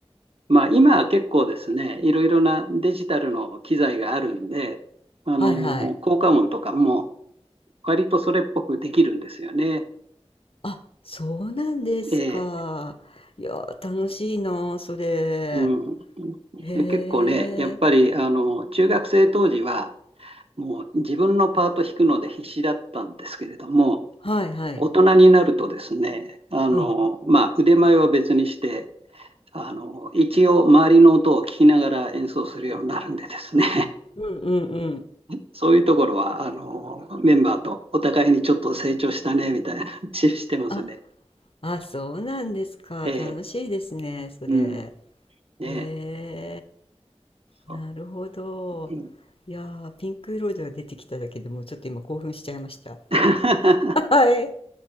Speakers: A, on the right; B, on the left.
A: まあ、今は結構ですね、いろいろなデジタルの機材があるんで、あの、
B: はいはい。
A: 効果音とかも割とそれっぽくできるんですよね。
B: あ、そうなんですか。
A: ええ。
B: いや、楽しいな、それ。
A: うん、
B: へえ、
A: で結構ね、やっぱりあの中学生当時は、もう自分のパート弾くので必死だったんですけれども、
B: はいはい。
A: 大人になるとですね、あのまあ、
B: うん、
A: 腕前は別にして、あの一応、周りの音を聞きながら演奏するようになるんでですね、
B: うんうんうん。
A: <laughs> そういうところはあのメンバーとお互いにちょっと成長したねみたいな話してますね。
B: あ、あ、そうなんですか。
A: ええ
B: 楽しいですね、それ。
A: うんねえ
B: へ
A: そ
B: え、なるほど。
A: ううん
B: いやー、ピンク色では出てきただけでもうちょっと今興奮しちゃいました。
A: <laughs>
B: <laughs> はい。